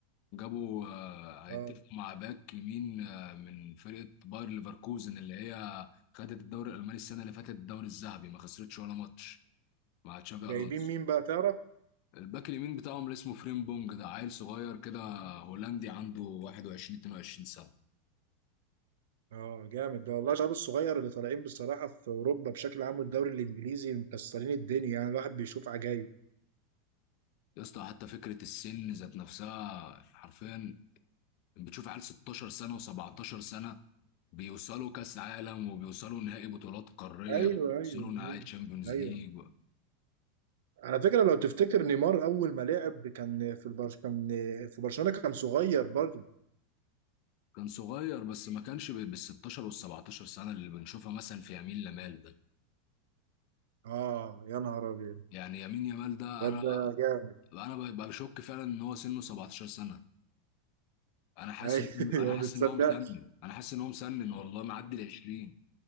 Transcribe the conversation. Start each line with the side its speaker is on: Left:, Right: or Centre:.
Left: جابوا آه، هيتفقوا
Right: أه
Left: مع باك يمين آه، من فرقه باير ليفركوزن اللي هي خدت الدوري الالماني السنه اللي فاتت الدوري الذهبي ما خسرتش ولا ماتش مع تشافي
Right: جايبين
Left: الونسو
Right: مين بقى تعرف؟
Left: الباك اليمين بتاعهم اللي اسمه فريم بونج ده عيل صغير كده هولندي عنده 21 22 سنة
Right: اه جامد ده والله الشباب الصغير اللي طالعين بصراحة في أوروبا بشكل عام والدوري الإنجليزي مكسرين الدنيا يعني الواحد بيشوف عجايب
Left: يا اسطى حتى فكرة السن ذات نفسها حرفيا بتشوف عيال 16 سنة و17 سنة بيوصلوا كأس عالم وبيوصلوا نهائي بطولات قارية
Right: ايوه
Left: بيوصلوا
Right: ايوه
Left: نهائي
Right: ايوه
Left: تشامبيونز
Right: ايوه
Left: ليج
Right: على فكره لو تفتكر نيمار اول ما لعب كان في البرش كان في برشلونه كان صغير برضه
Left: كان صغير بس ما كانش بال 16 وال 17 سنه اللي بنشوفها مثلا في يمين لمال ده
Right: اه يا نهار ابيض
Left: يعني يمين يمال ده
Right: الواد
Left: انا
Right: ده جامد
Left: انا ببقى بشك فعلا ان هو سنه 17 سنه انا حاسس
Right: <laughs>
Left: ان هو
Right: ايوه
Left: انا حاسس
Right: ما تصدقش
Left: ان هو مسنن انا حاسس ان هو مسنن والله معدي ال 20